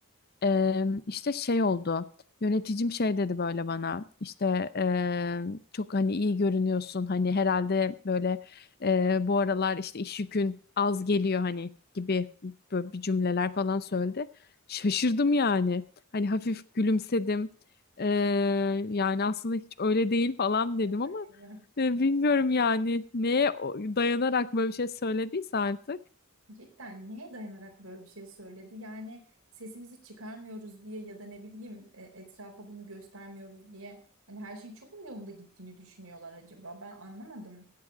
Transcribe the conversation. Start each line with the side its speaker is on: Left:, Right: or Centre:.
Left: Eee işte şey oldu. Yöneticim şey dedi böyle bana. İşte eee, çok hani iyi görünüyorsun. Hani herhalde böyle eee, bu aralar işte iş yükün az geliyor hani gibi böyle bir cümleler falan söyledi. Şaşırdım yani. Hani hafif gülümsedim. Eee, yani aslında hiç öyle değil falan dedim
Right: Kadir.
Left: ama e, bilmiyorum yani neye o- dayanarak böyle bir şey söylediyse artık.
Right: Cidden neye dayanarak böyle bir şey söyledi? Yani sesimizi çıkarmıyoruz diye ya da ne bileyim e, etrafa bunu göstermiyoruz diye. Hani her şeyin çok mu yolunda gittiğini düşünüyorlar acaba? Ben anlamadım.